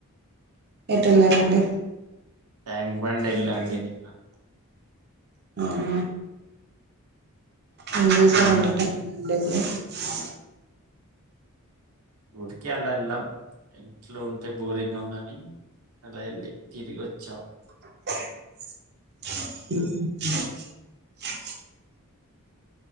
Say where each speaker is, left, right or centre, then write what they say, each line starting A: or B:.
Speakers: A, on the right (about 50°); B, on the right (about 75°).
A: ఏటేళ్ళారండి
B: ట్యాంక్ బండ్ ఎల్లా అండి నిన్న
A: అవున ఎం చేసారండి
B: అవునండి
A: ట్యాంక్ బండ్ దగ్గ అ
B: ఊరికే అలా వెళ్ళాం ఇంట్లో ఉంటే బోరింగ్ గా ఉందని అలా వెళ్ళి తిరిగి వచ్చాం
A: హ